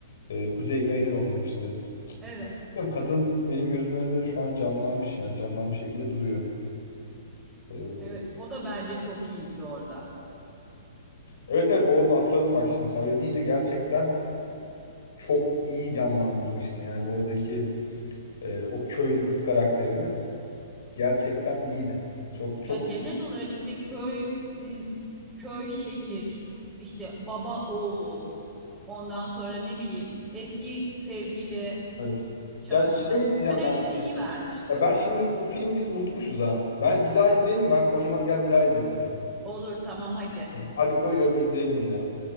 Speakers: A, on the left; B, in the centre.
A: e, Kuzey Güney'de de oynamıştı.
B: Evet.
A: Bilmiyorum, Kadın benim gözümün önünde şu an canlanmış yani canlanmış şekilde duruyor. Ee,
B: Evet. O da bence çok iyiydi orada.
A: evet evet onu hatırladım bak şimdi sen öyle deyince gerçekten çok iyi canlandırmıştı. Yani oradaki e, o köylü kız karakterini gerçekten iyiydi. Çok çok
B: Ya genel olarak işte köy köy şehir işte baba oğul ondan sonra ne bileyim eski sevgili
A: evet.
B: çatışması
A: Ya şey diyeceğim
B: bütün hepsini
A: ben sana.
B: iyi vermişti.
A: Ya ben şimdi bu filmi biz unutmuşuz ha. Ben bir daha izleyelim ben koyayım hadi gel bir daha izleyelim bu filmi.
B: Olur tamam hadi
A: Hadi koyuyorum izleyelim bir daha.